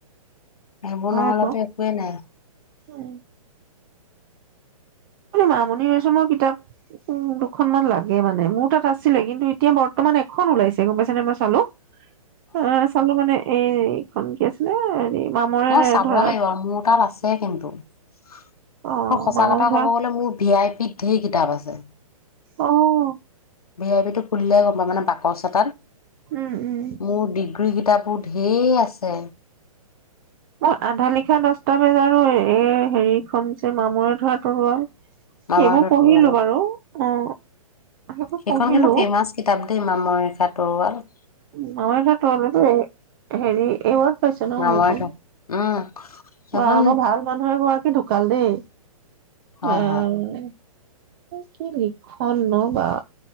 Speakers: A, on the left (about 80°); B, on the right (about 35°).
A: এই বোৰ নহলেতো
B: আকৌ
A: একোৱেই নাই
B: হয় মামণি ৰচমৰ কিতাপ দুখনমানান লাগে মানে মোৰ তাত আছিলে কিন্তু এতিয়া বৰ্তমান এখন ওলাইছে গম পাইছে নে মই চালোঁ। অ চলো মানে এইখন কি আছিলে হেৰি মামৰে
A: মই চাব
B: ধৰাত
A: লাগিব আৰু মোৰ তাত আছে কিন্তু আৰু
B: অ
A: সঁচা
B: মামৰে
A: কথা
B: ধৰাত
A: ক'ব গ'লে মোৰ ভি আই পিত ঢেৰ কিতাপ আছে
B: অহ
A: বি আই পি টো খুলিলে গম পাম মানে বাকচ এটাত
B: উম উম
A: মোৰ ডিগ্ৰী কিতাপবোৰ ঢেৰ আছে
B: মই আধা লিখা দচটা বেজাৰো এই হেৰিখন যে মামৰে ধৰা তৰোৱাল
A: মামৰেখা
B: সেইবোৰ পঢ়িলো
A: তৰুৱালৰ
B: বাৰু অ সেইবোৰ
A: সেইখন
B: পঢ়িলো
A: কিন্তু ফেমাচ কিতাপ দেই মামৰখাত টোৱেলভ
B: মমাৰ এ ত ত হেৰি এইবাত পাইছে ন
A: আমাৰতো
B: সেইখন
A: উম সেইখন
B: বা মই ভাল মানুহে কোৱা কি ঢোকাল দেই
A: হয়
B: আহ
A: হয়
B: কি লক্ষন বা